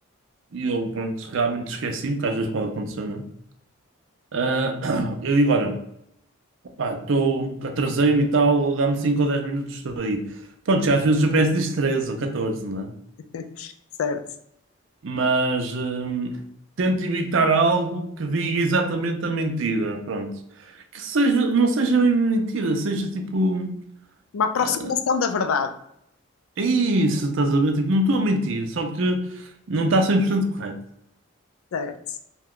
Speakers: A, on the right (about 65°); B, on the left (about 80°).
A: e eu, pronto, realmente esqueci-me, que às vezes pode acontecer, não é? Ah, <coughs> <clears throat> eu digo, olha. Pá, estou, atrasei-me e tal, dá-me 5 ou 10 minutos, estou aí. Pronto, já às vezes o GPS diz 13 ou 14, não é?
B: <laughs> Certo.
A: Mas hum, tento evitar algo que diga exatamente a mentira, pronto. Que seja, não seja bem mentira, seja tipo,
B: Uma aproximação
A: "Ah,
B: da verdade.
A: é isso, estás a ver? Tipo, não estou a mentir, só que não está 100% correto.
B: Certo.